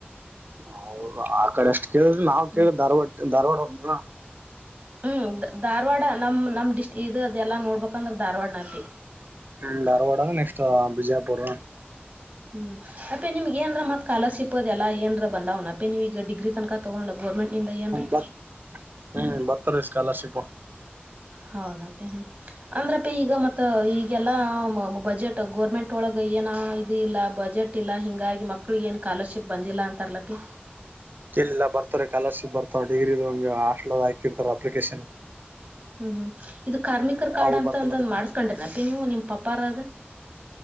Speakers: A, on the right; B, on the right.
A: ಹೌದ ಆ ಕಡೆ ಅಷ್ಟ್ ಕೇಳಿದ್ರ ನಾವ್
B: ಹ್ಮ್
A: ಕೇಳ ಧಾರ್ವಾಡ ಧಾರ್ವಾಡ ಅಂತ
B: ಹ್ಮ್ ಧಾರವಾಡ ನಮ್ಮ ನಮ್ಮ್ ಡಿಸ್ಟಕ ಇದು ಅದೆಲ್ಲ ನೋಡ್ಬೇಕಂದ್ರೆ ಧಾರವಾಡ ನಪಿ
A: ಹ ಧಾರವಾಡ ನೆಕ್ಸ್ಟ್ ಬಿಜಾಪುರ್
B: ಹ್ಮ್ ಅಪಿ ಏನ್ ಮತ್ ಸ್ಕಾಲರ್ಶಿಪ್ ಅದೆಲ್ಲ ಏನ್ರ ಬಂದ್ನ ಅಪ್ಪಿ ನೀವ ಈಗ ಡಿಗ್ರಿ ತನ್ಕ ತಗೊಂಡ ಗೋರ್ಮೆಟ್ ಇಂದ ಏನ್ರೀ
A: ಬರ್ ಹ್ಮ್ ಬರ್ತಾರೀ ಸ್ಕಾಲರ್ಷಿಪ
B: ಹೌದಾ ಅಪೇ ಹ ಅಂದ್ರ ಅಪೆ ಈಗ ಮತ್ತ ಈಗೆಲ್ಲಾ ಬಜೆಟ್ ಗೋರ್ಮೆಂಟ್. ಟ್ ಒಳಗ ಏನ ಇದು ಇಲ್ಲ ಬಜೆಟ್ ಇಲ್ಲಾ ಹಿಂಗಾಗಿ ಮಕ್ಳ ಏನ್ ಸ್ಕಾಲರ್ಶಿಪ್ ಬಂದಿಲ್ಲ ಅಂತಾರಲಪಿ
A: ಇಲ್ಲ ಬರ್ತಾರೆ ಸ್ಕಾಲರ್ಶಿಪ್ ಬರ್ತಾರೆ ಡಿಗ್ರಿಗೆ ಹಾಸ್ಟೆಲ್ನಲ್ಲಿ ಹಾಕಿರ್ತಾರೆ ಅಪ್ಲಿಕೇಶನ್
B: ಹ್ಮ್ ಹ್ಮ್ ಇದು ಕಾರ್ಮಿಕರ ಕಾರ್ಡ್
A: ಅವು
B: ಅಂತ
A: ಬರ್ತ
B: ಅಂದಂದ್
A: ಮತ್ತೆ
B: ಮಾಡ್ಸ್ಕೊಂಡ್ರ ಅಪ್ಪಿ ನೀವು ನಿಮ್ ಪಪ್ಪರದ